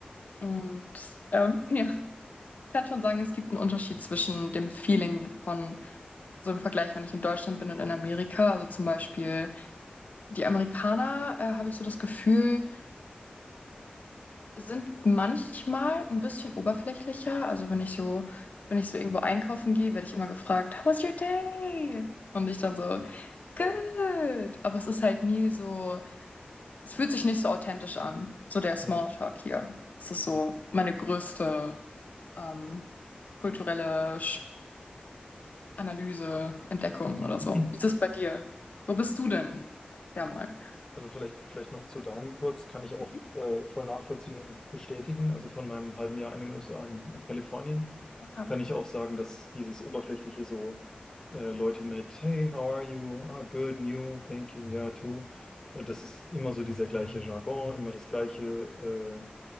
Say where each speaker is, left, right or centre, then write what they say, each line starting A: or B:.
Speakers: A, on the left; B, on the left.
A: Und ähm, <laughs> ja, ich kann schon sagen, es gibt einen Unterschied zwischen dem Feeling von so im Vergleich, wenn ich in Deutschland bin und in Amerika. Also zum Beispiel die Amerikaner, äh, habe ich so das Gefühl, sind manchmal ein bisschen oberflächlicher. Also wenn ich so, wenn ich so irgendwo einkaufen gehe, werde ich immer gefragt, How's your day? Und ich dann so, Good.
B: Voll.
A: Aber es ist halt nie so, es fühlt sich nicht so authentisch an. So der Smalltalk
B: Ja.
A: hier. Das ist so meine größte ähm, kulturelle Schockanalyse, Entdeckung
B: <laughs>
A: oder so. Wie ist es bei dir? Wo bist du denn? Ja mal.
B: Also vielleicht, vielleicht noch zu deinem kurz, kann ich auch
A: Mhm.
B: äh, voll nachvollziehen und bestätigen. Also von meinem halben Jahr in den USA in, in Kalifornien
A: Ja.
B: kann ich auch sagen, dass dieses Oberflächliche so äh, Leute mit Hey, how are you? Ah, good, and you, thank you, yeah, too. Äh, Das ist immer so dieser gleiche Jargon, immer das gleiche. Äh,